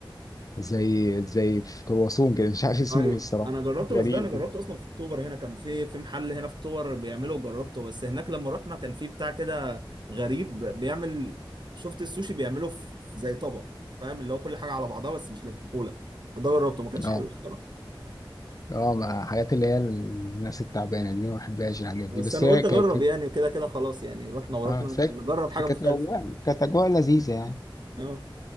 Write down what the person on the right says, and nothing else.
ايوه
انا جربت بس
ده انا جربته
اصلا في اكتوبر هنا كان في في محل هنا في اكتوبر بيعمله وجربته بس هناك لما رحنا كان في بتاع كده غريب بيعمل شفت السوشي بيعمله في في زي طبق فاهم اللي هو كل حاجه على بعضها بس مش لفيفولك ده جربته ما كانش
حلو الصراحه
بس
انا
قلت
اجرب يعني كده كده خلاص يعني رحنا ورحنا
نجرب حاجه مختلفه
اه